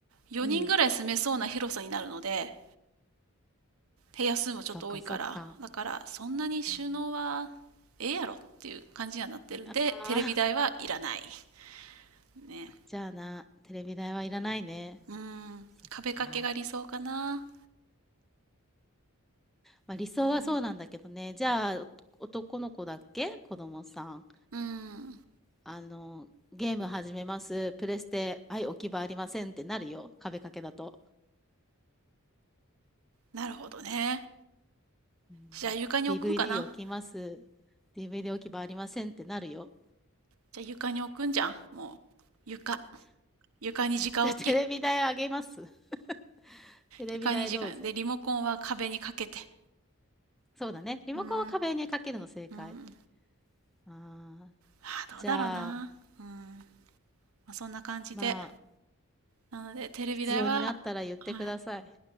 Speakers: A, on the right; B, in the centre.
A: 4人ぐらい住めそうな広さになるので、
B: う。うん。
A: 部屋数もちょっと多いから、
B: そっかそっか。
A: だからそんなに収納は
B: うん。
A: ええやろっていう感じにはなってるんで、
B: ああ、
A: テレビ台はいらない。ね。
B: じゃあな、テレビ台はいらないね。
A: うん、
B: そっか。
A: 壁掛けが理想かな。
B: まあ理想はそうなんだけどね。
A: うん、
B: じゃあ、お男の子だっけ子供さん。
A: うん、
B: あの、ゲーム始めます。プレステ、はい、置き場ありませんってなるよ。壁掛けだと。
A: なるほどね。
B: うん
A: じゃあ床に置くんかな。
B: DVD 置きます。DVD 置き場ありませんってなるよ。
A: じゃあ床に置くんじゃん。もう、床。床に直置き。
B: <laughs> じゃあテレビ台あげます。<laughs> テレビ台どうぞ。
A: 床に時間。で、リモコンは壁にかけて。
B: そうだね。リモコンは壁にかけるの正解。
A: うん、うん。
B: ああ、
A: あどうだろうな。
B: じゃあ、
A: うん。まあ、そんな感じで。
B: まあ、
A: なので、テレビ台は、
B: 必要になったら言ってください。
A: はい。